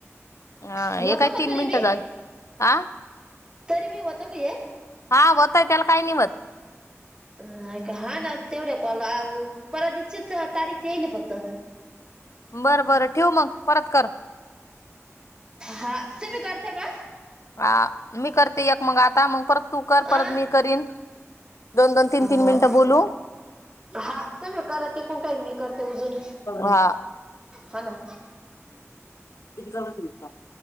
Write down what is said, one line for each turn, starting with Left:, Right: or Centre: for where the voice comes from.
Left: हा
Right: होतो
Left: हे काय
Right: का
Left: तीन
Right: तरी
Left: मिनटं
Right: बी
Left: झाले, आ
Right: तरी बी होतं का हे?
Left: हा होतयं त्याला काय नाही व्हतं.
Right: हा का? हाना तेवढ्या कॉलला आवू परवा ची च तारीख देलंये फक्त.
Left: बरं -बरं ठेवु मग परत कर.
Right: हा, तूम्ही करत्या का?
Left: हा मी करते एक मगं आता, मगं परत तू कर, परत
Right: अ
Left: मी करीन. दोन-दोन, तीन-
Right: ब
Left: तीन मिनटं बोलू.
Right: हा तुम्ही करा तिकुन ताई, मी करते ऊजून,
Left: हा
Right: हा ना.
Left: <unintelligible>